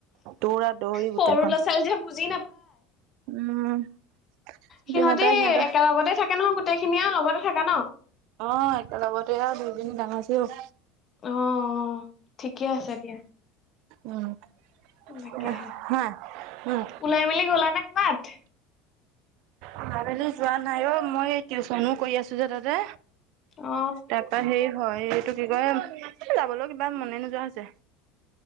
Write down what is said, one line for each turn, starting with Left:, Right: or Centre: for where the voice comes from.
Right: দৌৰা দৌৰি
Left: সৰু
Right: গোটেইখন
Left: ল'ৰা ছোৱালী যে বুজি
Right: উম। বুজি
Left: সিহণতি
Right: নাপায় সিহঁতৰ
Left: একেলগতে থাকে নহয় গোটেইখিনি আৰু লগতে থাকে ন।
Right: অঁ, একেলগতে আৰু দুইজনী ডাঙৰ হৈছিলোঁ।
Left: অঁ, অ ঠিকে আছে দিয়া।
Right: উম,
Left: তাকেহে
Right: হয় উম।
Left: ওলাই মেলি গ'লা নে কৰবাত?
Right: ওলাই মেলি যোৱা নাই অ মই এই টিউচনো কৰি আছো যে তাতে।
Left: অ
Right: তাৰপা সেই হয়। এই টো কি কয়? এই যাবলোও কিবা মনে নোযোৱা হৈছে।